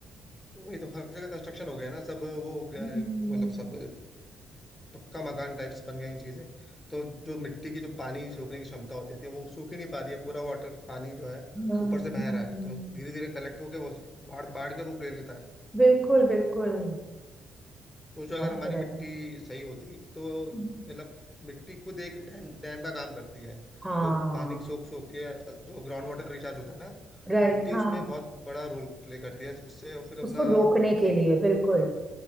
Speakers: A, on the left; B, in the centre.
A: तो वही तो हर जगह कंस्ट्रक्शन हो गया है ना सब वो हो गया
B: हम्म
A: है मतलब सब पक्का मकान टाइप्स बन गए हैं चीजें तो जो मिट्टी की जो पानी सोखने की क्षमता होती थी वो सूख ही नहीं पा रही है पूरा वाटर पानी जो है
B: हम्म,
A: ऊपर से
B: हम्म,
A: बह रहा है तो धीरे धीरे कलेक्ट होके वो बाढ़ बाढ़ का रूप ले लेता है
B: बिल्कुल बिल्कुल
A: सोचो
B: याद
A: अगर हमारी
B: करेगा
A: मिट्टी सही होती तो मतलब
B: हम्म।
A: मिट्टी खुद एक डैम डैम का काम करती है
B: हाँ
A: जो पानी सोख सोख के जो ग्राउंड वाटर रिचार्ज होता है ना
B: राइट
A: तो मिट्टी
B: हाँ
A: उसमें बहुत बड़ा रोल प्ले करती है इससे और फिर अपना
B: उसको रोकने के लिए बिल्कुल